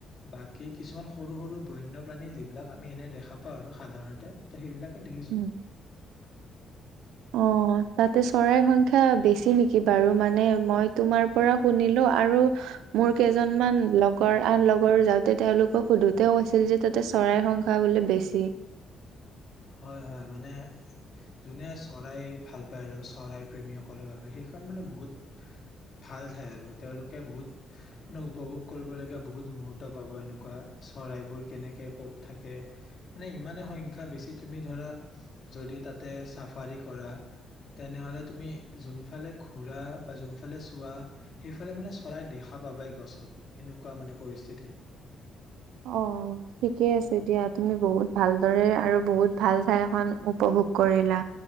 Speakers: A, on the left; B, on the right.
A: বাকী কিছুমান সৰু সৰু বন্যপ্ৰাণী যিবিলাক আমি এনে দেখা পাওঁ আৰু সাধাৰণতে ত সেইবিলাক দেখিছোঁ
B: উম। অ, তাতে চৰাইৰ সংখ্যা বেছি নেকি বাৰু, মানে মই তোমাৰ পৰা শুনিলো আৰু মোৰ কেইজনমান লগৰ আন লগৰ যাওঁতে তেওঁলোকক সোধোতে কৈছিল যে, তাতে চৰাইৰ সংখ্যা বোলে বেছি।
A: হয়-হয়, মানে যোনে চৰাই ভাল পায় আৰু চৰাই প্ৰেমীসকলৰ বাবে সেইখন মানে বহুত ভাল ঠাই আৰু তেওঁলোকে বহুত মানে উপভোগ কৰিবলগীয়া বহুত মুহুৰ্ত পাব। এনেকুৱা চৰাইবোৰ কেনেকে ক'ত থাকে, মানে ইমানে সংখ্যা বেছি তুমি ধৰা যদি তাতে চাফাৰী কৰা তেনেহলে তুমি যোনফালে ঘুৰা বা যোনফালে চোৱা সেইফালে মানে চৰাই দেখা পাবাই, গছত সেনেকুৱা মানে পৰিস্থিতি।
B: অ', ঠিকে আছে দিয়া, তুমি বহুত ভালদৰে আৰু বহুত ভাল ঠাইখন উপভোগ কৰিলা।